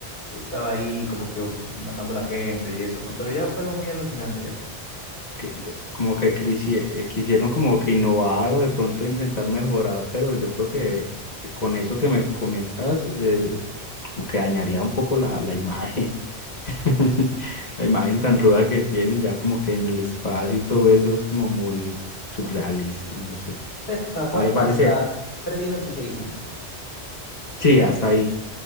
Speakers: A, on the left; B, on the left.
A: estaba ahí como que matando a la gente y eso, ¿no? Pero ya fue algo muy alucinante ya.
B: que, que- como que crisie- eh, quisieron como que innovar o de pronto intentar mejorar, pero yo creo que, que con eso que me comentas, eh, como que dañaría un poco la, la imagen, <laughs> la imagen tan ruda que tiene, ya como que en el espacio y todo eso es como muy surrealista, no sé,
A: Hasta cual,
B: a mi parecer,
A: hasta Freddy versus Jason.
B: sí, hasta ahí,